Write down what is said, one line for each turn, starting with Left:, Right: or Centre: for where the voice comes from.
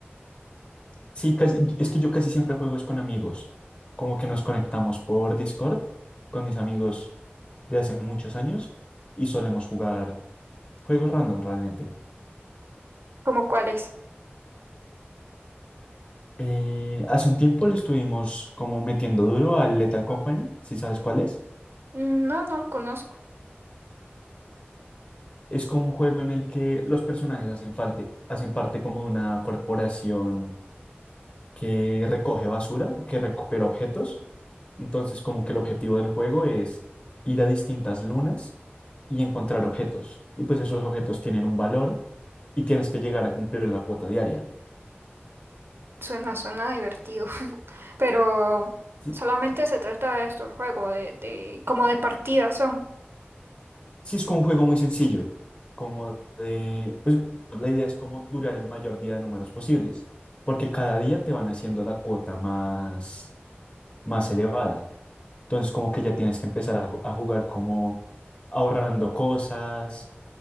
Left: Sí, casi, es que yo casi siempre juego es con amigos. Como que nos conectamos por Discord con mis amigos de hace muchos años y solemos jugar juegos random realmente.
Right: ¿Cómo cuáles
Left: Eh, hace un tiempo le estuvimos como metiendo duro al Lethal Company, si sabes cuál es.
Right: Mm, No, no lo conozco.
Left: Es como un juego en el que los personajes hacen falta, hacen parte como de una corporación que recoge basura o que recupera objetos Entonces, como que el objetivo del juego es ir a distintas lunas y encontrar objetos. Y pues esos objetos tienen un valor y tienes que llegar a cumplir la cuota diaria.
Right: Suena, suena divertido. <laughs> Pero
Left: Sí,
Right: solamente se trata de esto, el juego, de, de como de partidas son.
Left: sí es como un juego muy sencillo, como de, pues la idea es como durar el mayor día de números posibles, porque cada día te van haciendo la cuota más, más elevada. Entonces, como que ya tienes que empezar a, ju- a jugar como ahorrando cosas,